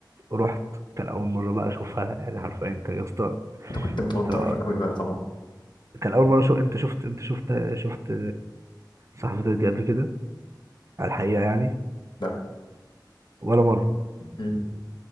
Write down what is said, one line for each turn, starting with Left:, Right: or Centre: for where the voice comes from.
Right: رحت كان اول مره بقى اشوفها يعني حرفيا كان يا اسطى
Left: انت كنت متوتر
Right: انت لو
Left: قوي بقى طبعا
Right: كان اول مره شو انت شفت انت شفت شفت صاحبتك دي قبل كده على الحقيقه يعني
Left: لا
Right: ولا مره
Left: مم.